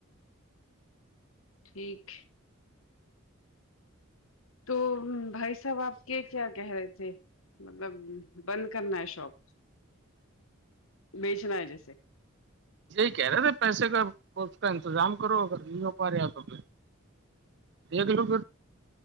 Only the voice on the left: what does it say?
ٹھیک تو بھائی صاحب آپ کے کیا کہہ رہے تھے مطلب بند کرنا ہے شاپ بیچنا ہے جیسے